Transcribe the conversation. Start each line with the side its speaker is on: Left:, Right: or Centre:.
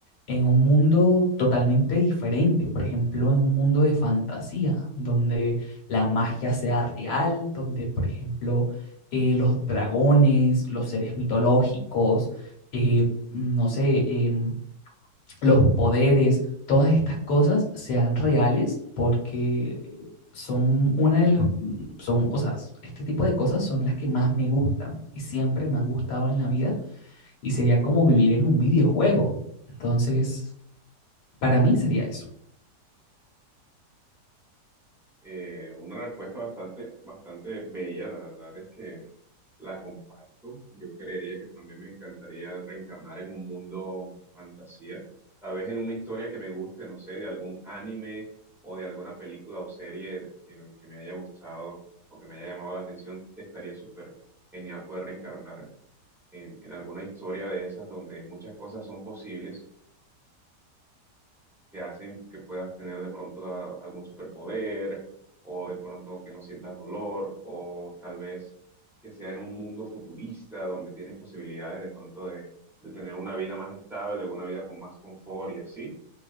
Left: en un mundo totalmente diferente, por ejemplo, en un mundo de fantasía, donde la magia sea real, donde, por ejemplo, eh, los dragones, los seres mitológicos, eh, no sé, eh, los poderes, todas estas cosas sean reales porque son una de los, son, o sea, este tipo de cosas son las que más me gustan y siempre me han gustado en la vida y sería como vivir en un videojuego. Entonces, para mí sería eso.
Centre: Eh, una respuesta bastante, bastante bella, la verdad es que la comparto. Yo creería que también me encantaría reencarnar en un mundo fantasía, tal vez en una historia que me guste, no sé, de algún anime o de alguna película o serie que me, que me haya gustado o que me haya llamado la atención. Estaría súper genial poder reencarnar en, en alguna historia de esas donde muchas cosas son posibles que hacen que puedas tener de pronto a- algún superpoder o de pronto que no sientas dolor o tal vez que sea en un mundo futurista donde tienes posibilidades de pronto de, de tener una vida más estable, una vida con más confort y así.